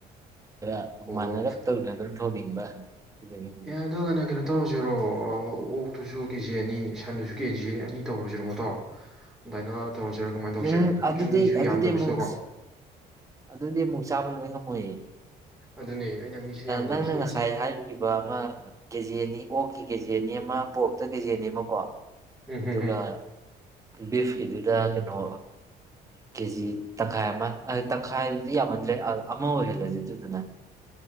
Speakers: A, on the right; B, in the centre.
A: ꯈꯔ
B: ꯑꯣ
A: ꯃꯥꯟꯅꯔꯞ
B: ꯍꯣ
A: ꯇꯧꯅ ꯑꯗꯨꯝ ꯊꯣꯡꯅꯤꯡꯕ ꯑꯗꯨꯗꯒꯤꯅꯤ
B: ꯌꯥ ꯑꯗꯨꯒꯅꯦ ꯀꯩꯅꯣ ꯇꯧꯔꯁꯤꯔꯣ ꯑꯣꯛꯇꯨꯁꯨ ꯀꯦꯖꯤ ꯑꯅꯤ ꯁꯟꯗꯨꯁꯨ ꯀꯦꯖꯤ ꯑꯅꯤ ꯇꯧꯔꯁꯤꯔꯣ ꯃꯇꯥꯎ ꯑꯗꯨꯃꯥꯏꯅꯥ ꯇꯧꯔꯁꯤꯔꯥ ꯀꯃꯥꯏꯅ ꯇꯧꯁꯤꯒꯦ
A: ꯎꯝ
B: ꯑꯩꯈꯣꯏꯁꯨ
A: ꯑꯗꯨꯗꯤ
B: ꯃꯤꯁꯨ
A: ꯑꯗꯨꯗꯤ
B: ꯌꯥꯟꯗꯕꯁꯤꯗꯀꯣ
A: ꯑꯃꯨꯛ ꯑꯗꯨꯗꯤ ꯑꯃꯨꯛ ꯆꯥꯕ ꯂꯣꯏ ꯉꯝꯃꯣꯏꯌꯦ
B: ꯑꯗꯨꯅꯦ ꯑꯩꯅ ꯃꯤꯁꯨ ꯌꯥꯝꯗꯕꯁꯤꯗ
A: ꯅꯪꯅ ꯉꯁꯥꯏ
B: ꯑꯩꯁꯦ
A: ꯍꯥꯏꯕꯤꯈꯤꯕ ꯑꯃ ꯀꯦꯖꯤ ꯑꯅꯤ ꯑꯣꯛꯀꯤ ꯀꯦ ꯖꯤ ꯑꯅꯤ ꯑꯃ ꯄꯣꯔꯀꯇ ꯀꯦꯖꯦꯅꯤꯃꯀꯣ
B: ꯎꯝ ꯍꯝ
A: ꯑꯗꯨꯒꯥ
B: ꯍꯝ
A: ꯕꯤꯐꯀꯤꯗꯨꯗ ꯀꯩꯅꯣ ꯀꯦꯖꯤ ꯇꯪꯈꯥꯏ ꯑꯃ ꯇꯪꯈꯥꯏꯗꯤ ꯌꯥꯝꯃꯟꯗ꯭ꯔꯦ ꯑꯃ ꯑꯣꯏꯍꯜꯂꯁꯤꯗꯅ